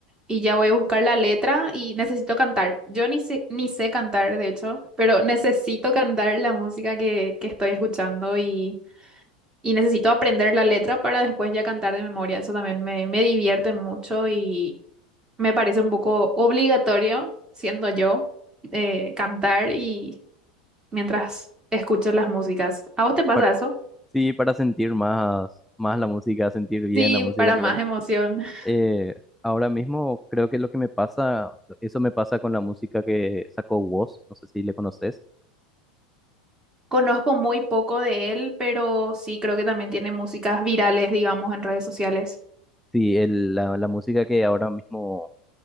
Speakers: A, on the right; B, in the centre.
A: y ya voy a buscar la letra y necesito cantar. Yo ni sé, ni sé cantar, de hecho, pero necesito cantar la música que, que estoy escuchando y, y necesito aprender la letra para después ya cantar de memoria. Eso también me, me divierte mucho y me parece un poco obligatorio, siendo yo, eh, cantar y mientras escucho las músicas. ¿A vos te pasa
B: Par-
A: eso?
B: sí, para sentir más, más la música, sentir bien
A: Sí,
B: la música,
A: para
B: creo
A: más emoción.
B: yo.
A: <laughs>
B: Eh, Ahora mismo creo que lo que me pasa, eso me pasa con la música que sacó Woz, no sé si le conoces.
A: Conozco muy poco de él, pero sí creo que también tiene músicas virales, digamos, en redes sociales.
B: Sí, el- la, la música que ahora mismo